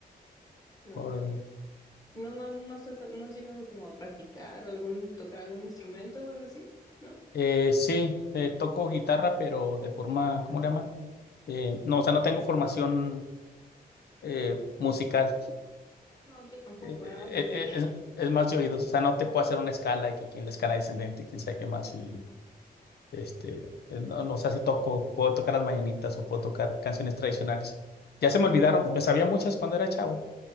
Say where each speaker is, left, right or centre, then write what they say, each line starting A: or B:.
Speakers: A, on the left (about 25°); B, on the left (about 85°).
A: no,
B: órale.
A: sí. No, no, no, has toca- no has llegado como a practicar algún, tocar algún instrumento o algo así, ¿no?
B: Eh, sí, eh, toco guitarra, pero de forma, ¿cómo le llaman? Eh, no, o sea, no tengo formación eh, musical.
A: No, yo tampoco,
B: Eh, eh,
A: nada más desde
B: eh,
A: que,
B: es, es más de oídos, o sea, no te puedo hacer una escala y que quien la escala descendente, quién sabe qué más y Este, eh, no, no sé si toco, puedo tocar las mañanitas o puedo tocar canciones tradicionales. Ya se me olvidaron, me sabía muchas cuando era chavo,